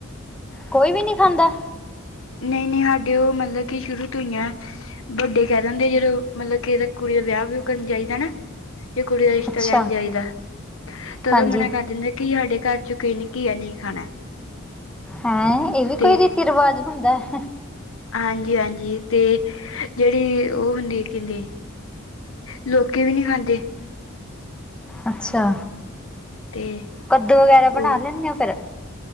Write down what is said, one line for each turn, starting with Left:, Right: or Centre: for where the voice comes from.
Centre: ਕੋਈ ਵੀ ਨਹੀਂ ਖਾਂਦਾ।
Left: ਨਹੀਂ- ਨਹੀਂ ਸਾਡੇ ਉਹ ਮਤਲਬ ਕਿ ਸ਼ੁਰੂ ਤੋਂ ਹੀ ਆਂ। ਵੱਡੇ ਕਹਿ ਦਿੰਦੇ ਆ ਜਦੋਂ ਮਤਲਬ ਕਿ ਕੁੜੀ ਦਾ ਵਿਆਹ ਵੀਉ ਕਰਨ ਜਾਹੀ ਦਾ ਨਾ ਜ ਕੁੜੀ ਦਾ ਰਿਸ਼
Centre: ਅੱਛਾ
Left: ਲੈਣ ਜਾਈ ਦਾ ਤੇ ਉਹਦੋਂ
Centre: ਹਾਂਜੀ
Left: ਮਨਾ ਕਰ ਦਿੰਦਾ ਕੀ ਸਾਡੇ ਘਰ 'ਚ ਕਿਹੇ ਘੀਆ ਨਹੀਂ ਖਾਣਾ।
Centre: ਹੈਂ ਇਹ ਵੀ
Left: ਤੇ
Centre: ਕੋਈ ਰੀਤੀ ਰਿਵਾਜ ਹੁੰਦਾ। <inaudible>
Left: ਹਾਂਜੀ- ਹਾਂਜੀ ਤੇ ਜਿਹੜੀ ਉਹ ਹੁੰਦੀ ਕਹਿੰਦੇ ਲੋਕੀ ਵੀ ਨਹੀਂ ਖਾਂਦੇ।
Centre: ਅੱਛਾ
Left: ਤੇ
Centre: ਕੱਦੂ ਵਗੈਰਾ ਬਣਾ
Left: ਉਹ
Centre: ਲੈਂਦੇ ਹੋ ਫਿਰ